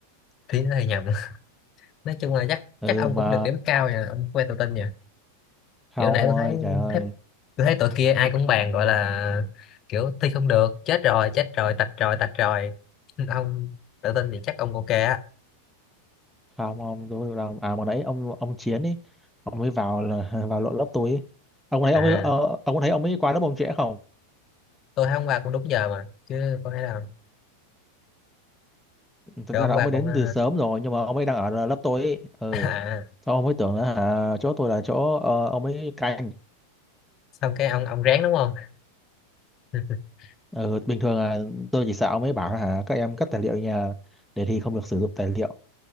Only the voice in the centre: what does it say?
Ừ
mà
không
ông
ơi trời ơi.
Không không tôi không làm à mà nãy ông ông Chiến ấy ông mới vào là <laughs> vào lộn lớp tôi ấy. Ông thấy
ông ấy, ờ, ông có thấy ông ấy qua lớp ông trễ không?
Thật
ra
là
ông ấy đến
từ sớm rồi nhưng mà ông ấy đang ở lớp tôi ấy. Ừ.
Sao ông ấy tưởng là hả chỗ tôi là chỗ ờ, ông ấy canh
ừ, bình thường là tôi chỉ sợ ông ấy bảo là hả các em cất tài liệu nhà để thi không được sử dụng tài liệu